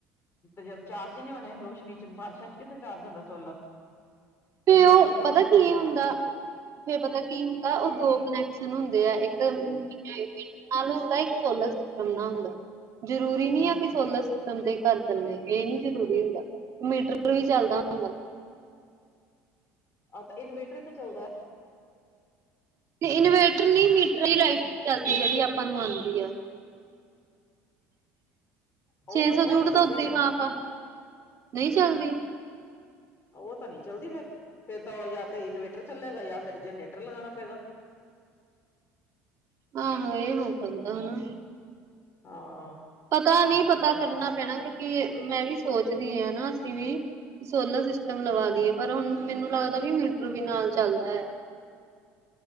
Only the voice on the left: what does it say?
ਜਦ ਚਾਰਜ ਨੀ ਹੋਣੇ ਰੋਸ਼ਨੀ ਚ ਬਾਰਿਸ਼ਾਂ ਚ ਕਿਤੇ ਚਾਰਜ ਹੁੰਦਾ ਸੋਲਰ?
ਇਨਵੇਟਰ
ਵੀ ਕਦੋਂ
ਤੱਕ
ਚੱਲੇਗਾ
ਹਮ
ਆਹ ਤੇ ਇਨਵੇਟਰ ਤਾਂ ਚਲਦਾ।
ਉਹ
ਉਹ
ਨਹੀਂ ਚੱਲਦੀ
ਫੇਰ
ਉਹ ਤਾਂ ਨਹੀਂ ਚੱਲਦੀ ਫਿਰ। ਫਿਰ ਤਾਂ ਯਾ ਤਾਂ ਇਨਵੇਟਰ ਚੱਲੇਗਾ ਯਾ ਫਿਰ ਜਨਰੇਟਰ ਲਗਾਣਾ ਪਏਗਾ।
ਹਾਂ
ਜਨ